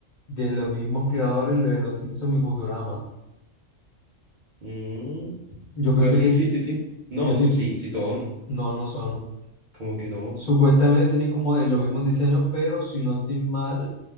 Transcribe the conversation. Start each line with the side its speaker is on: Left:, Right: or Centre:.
Left: de los mismos creadores, lo de los Simpsons y Futurama.
Right: Mm,
Left: Yo pensé
Right: pues sí,
Left: que, s-
Right: sí, sí, sí. No,
Left: yo sí,
Right: no, sí, sí son,
Left: no, no son.
Right: como que no.
Left: Supuestamente tienen como de los mismos diseños, pero si no estoy mal,